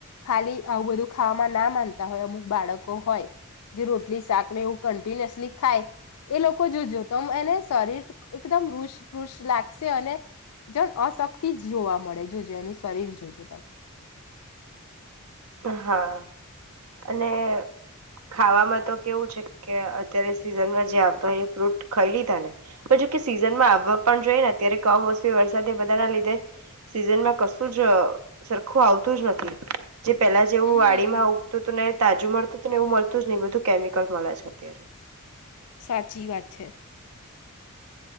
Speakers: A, on the left; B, on the right.
A: ખાલી આવું બધું ખાવામાં ના માનતા હોય અમુક બાળકો હોય જે રોટલી શાક ને એવું કન્ટિન્યુઅસલી ખાય એ લોકો જોજો ત એને શરીર એકદમ રુષ પુષ લાગશે અને જણ અશક્તિ જ જોવા મળે જોજો એનું શરીર જોજો ત
B: હા અને ખાવામાં તો કેવું છે કે અત્યારે સિઝનમાં જે આવતો હોય એ ફ્રૂટ ખાઈ લીધા ને જો કે સિઝનમાં આવવા પણ જોઈએ ને અત્યારે કમોસમી વરસાદ એ બધા ના લીધે સીઝનમાં કશું જ સરખું આવતું જ નથી જે પેલા જેવું
A: હમ
B: વાડી માં ઉગતું હતું ને તાજું મળતું ને એવું મળતું જ નહી બધું કેમિકલ મળે છે અત્યારે
A: સાચી વાત છે